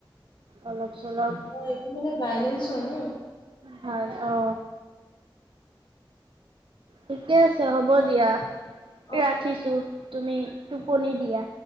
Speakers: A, on the right (about 75°); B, on the left (about 60°).
A: অলপ চলপ
B: অ এইটো মানে বাইলেন্স হয় ন।
A: ভাল অ। ঠিকে আছে হ'ব দিয়া
B: অ
A: ৰাখিছো। তুমি টোপনি দিয়া।